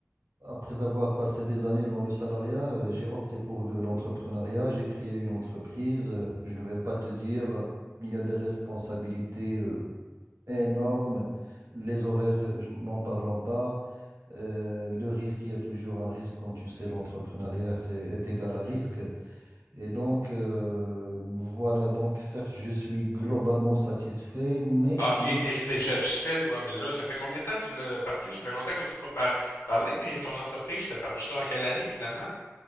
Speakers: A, on the right; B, on the left.
A: après avoir passé des années dans le salariat, euh, j'ai opté pour le- l'entrepreneuriat. J'ai créé une entreprise. Euh, Je ne vais pas te dire, euh, il y a des responsabilités euh, énormes. Les horaires, euh, je- n'en parlons pas. Euh, le risque, il y a toujours un risque. Comme tu sais, l'entrepreneuriat, c'est, est égal à risque. Et donc, euh, voilà. Donc, certes, je suis globalement satisfait, mais,
B: Ah, ok,
A: mais
B: t'es, t'es satisfait toi, mais là, ça fait combien de temps que tu l'as parti? Ça fait longtemps qu'on ne s'est pas par- parlé, mais ton entreprise, t'as parti ça en quelle année finalement?